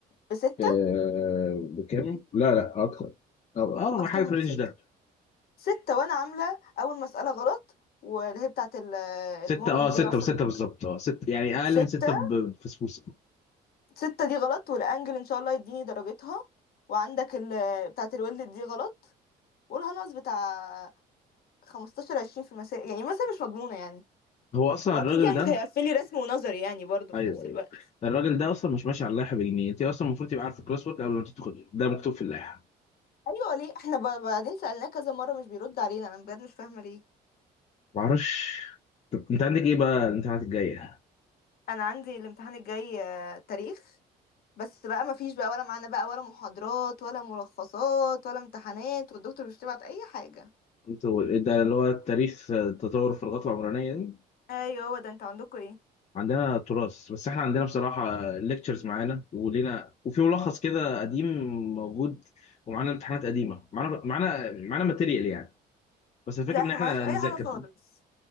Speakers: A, on the left (about 65°); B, on the left (about 40°).
A: بستة
B: آه بكام؟ لا لا أكتر أو أكتر
A: اكتر
B: اه حاجه
A: من
B: في الرينج
A: ستة
B: ده
A: ستة وانا عاملة اول مسألة غلط واللي هي بتاعت ال-
B: ستة
A: المومنت
B: اه ستة
A: دي انا اصلا
B: وستة بالظبط اه ستة يعني اقل
A: ستة
B: من ستة بفسفوسة
A: ستة دي غلط والانجل ان شاء الله يديني درجتها وعندك ال بتاعت الولد دي غلط قولها ناقص بتاع خمستاشر عشرين في المسائل يعني مثلا مش مضمونة يعني
B: هو اصلا
A: واكيد
B: الراجل
A: يعني
B: ده
A: مش هيقفلي رسم ونظري يعني برضه
B: ايوه
A: في نفس
B: ايوه
A: الوقت
B: الراجل ده اصلا مش ماشي على اللائحه بجنيه انت اصلا المفروض تبقى عارف الكلاس ورك قبل ما تدخل ده مكتوب في اللائحه
A: ايوه ليه احنا ب- بعدين سألناه كذا مرة مش بيرد علينا انا بجد مش فاهمة ليه
B: ما اعرفش طب انت عندك ايه بقى الامتحانات الجايه
A: انا عندي الامتحان الجاي آه، تاريخ بس بقى مفيش بقى ولا معانا بقى ولا محاضرات ولا ملخصات ولا امتحانات والدكتور مش بتبعت اي حاجه
B: انتوا ده اللي هو التاريخ تطور الفراغات العمرانيه دي
A: ايوه هو ده انتوا عندكم ايه
B: عندنا تراث بس احنا عندنا بصراحه ليكتشرز معانا ولينا وفي ملخص كده قديم موجود ومعانا امتحانات قديمه معانا معانا معانا ماتيريال يعني بس الفكره
A: لا
B: ان
A: احنا
B: احنا
A: معناش اي
B: نذاكر
A: حاجه خالص